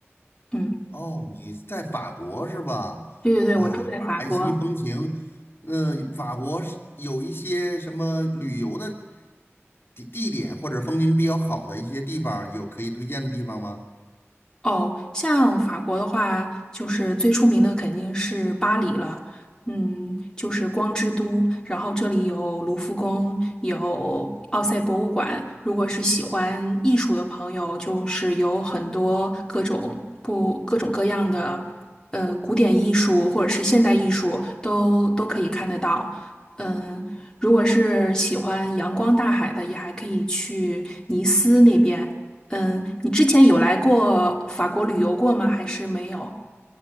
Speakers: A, on the left; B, on the left.
A: 嗯，
B: 哦，你在法国是吧？
A: 对对对，
B: 啊，
A: 我住在法国。
B: 法兰西风情。呃，法国是有一些什么旅游的地地点或者风景比较好的一些地方，有可以推荐的地方吗？
A: 哦，像法国的话，就是最出名的肯定是巴黎了，嗯，就是光之都。然后这里有卢浮宫，有奥赛博物馆。如果是喜欢艺术的朋友，就是有很多各种不各种各样的，嗯，古典艺术或者是现代艺术都都可以看得到。嗯，如果是喜欢阳光大海的，也还可以去尼斯那边。嗯，你之前有来过法国旅游过吗？还是没有？